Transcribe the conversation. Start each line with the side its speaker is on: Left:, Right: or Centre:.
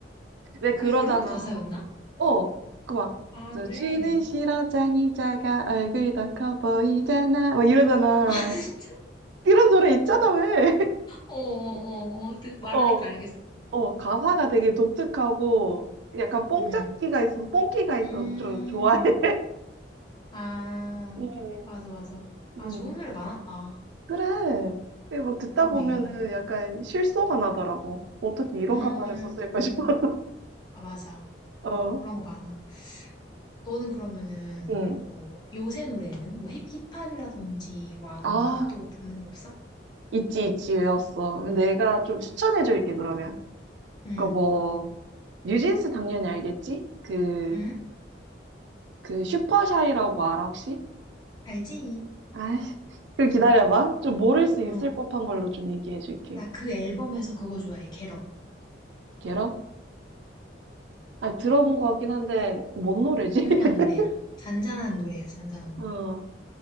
Right: 왜 그러잖아.
Left: 그게 그런 가사였나?
Right: 어, 그 막.
Left: 아,
Right: 너
Left: 그래.
Right: 주는 싫어하자니 자가 얼굴 더 커 보이잖아. 막 이러잖아.
Left: <laughs>
Right: 이런 노래 있잖아, 왜?
Left: 어어어어. 말하니까
Right: 어,
Left: 알겠어.
Right: 어, 가사가 되게 독특하고, 약간 뽕짝기가
Left: 음.
Right: 있어서, 뽕기가 있어서
Left: 음.
Right: 좀 좋아해. <laughs>
Left: 아,
Right: 음,
Left: 맞아, 맞아. 아,
Right: 음.
Left: 좋은 노래 많았다.
Right: 그래. 이게 막 듣다
Left: 그러네.
Right: 보면은 약간 실소가 나더라고. 어떻게 이런
Left: 음.
Right: 가사를 썼을까 싶어서. <laughs>
Left: 아, 맞아.
Right: 어,
Left: 그런 거 많아. 너는 그러면은,
Right: 음.
Left: 뭐, 요새 노래는? 뭐, 힙, 힙합이라든지, 뭐, 아무거나
Right: 아,
Left: 또 듣는 거 없어?
Right: 있지, 있지, 외웠어. 내가 좀 추천해줄게, 그러면.
Left: 응.
Right: 그니까 뭐, 뉴진스 당연히 알겠지? 그,
Left: 응?
Right: 그 슈퍼샤이라고 알아, 혹시?
Left: 알지.
Right: 아이, 그럼 기다려봐. 좀 모를 수 있을
Left: 어.
Right: 법한 걸로 좀 얘기해줄게.
Left: 나 그 앨범에서 그거 좋아해, 겟업.
Right: 걔로? 아니, 들어본 것 같긴 한데, 그거 뭔 노래지?
Left: 조용한
Right: <laughs>
Left: 노래야. 잔잔한 노래야, 잔잔한 노래.
Right: 어.